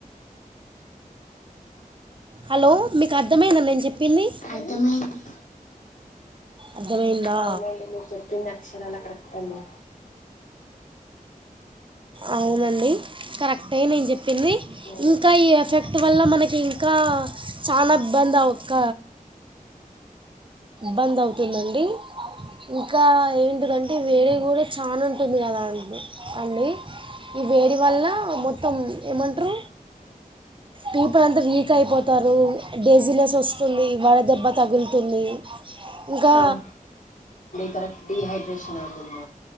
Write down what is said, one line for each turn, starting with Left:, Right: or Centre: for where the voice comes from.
Right: హలో మీకు అర్థమైందా నేను చెప్పింది
Left: అర్థమైంది
Right: అర్థమైందా
Left: అవునండి మీరు చెప్పింది అక్షరాల కరెక్ట్ అండి
Right: అవునండి కరెక్టే నేను చెప్పింది
Left: ఓకే
Right: ఇంక ఈ ఎఫెక్ట్ వల్ల మనకి ఇంకా చానా ఇబ్బందా ఒక్క బంద్ అవుతుందండి ఇంకా ఏంటిదంటే వేరేవి గూడా చానుంటుంది గదా అం అండి ఈ వేడి వల్ల మొత్తం ఏమంట్రు పీపుల్ అంతా వీక్ అయిపోతారు డేజినెస్ వస్తుంది వడ దెబ్బ తగులుతుంది ఇంకా
Left: అవు కరెక్ట్ డీహైడ్రేషన్ అవుతుంది